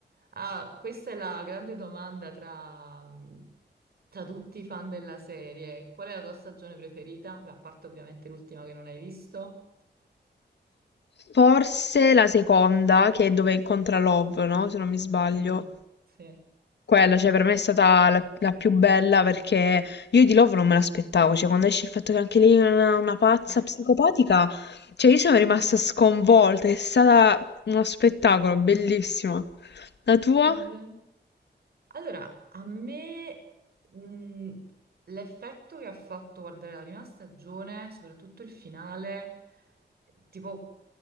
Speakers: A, on the right; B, on the left.
A: ah, questa è la grande domanda tra, tra tutti i fan della serie. Qual è la tua stagione preferita? Beh, a parte ovviamente l'ultima che non hai visto.
B: Forse la seconda, che è dove incontra Love, no? Se non mi sbaglio.
A: Mm, sì.
B: Quella, cioè, per me è stata la, la più bella perché io di Love non me l'aspettavo. Cioè, quando esce il fatto che anche lei è una, una pazza
A: <laughs>
B: psicopatica, cioè, io sono rimasta sconvolta. È stata uno spettacolo, bellissimo. La tua?
A: È vero. Allora, a me mh, l'effetto che ha fatto guardare la prima stagione, soprattutto il finale, tipo